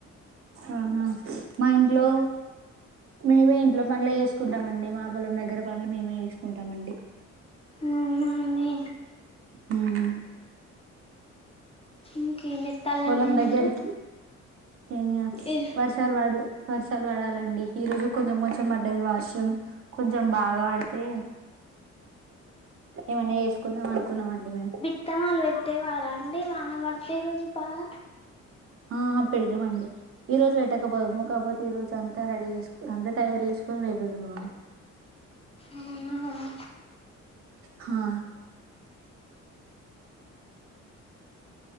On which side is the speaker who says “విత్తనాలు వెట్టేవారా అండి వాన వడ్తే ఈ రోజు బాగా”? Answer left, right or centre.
Left